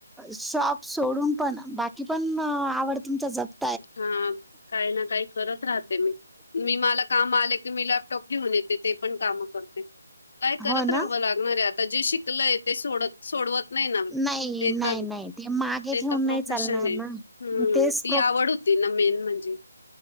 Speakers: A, in the centre; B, on the left.
A: शॉप सोडून पण बाकी पण आवड तुमचा जप
B: हां काही ना काही करत राहते मी. मी मला काम आले की मीला कप घेऊन येते ते पण काम करते काय करत
A: हो
B: राहावं
A: ना
B: लागत अरे आता जे शिकलंय ते सोडत सोडवत नाही ना
A: नाही
B: ते
A: नाही
B: तर
A: नाही ते मागे
B: ते
A: ठेवून
B: तर प्रोफेशन
A: नाही चालणार
B: आहे.
A: ना
B: हं.
A: तेच
B: ती आवड होती ना मेन म्हणजे.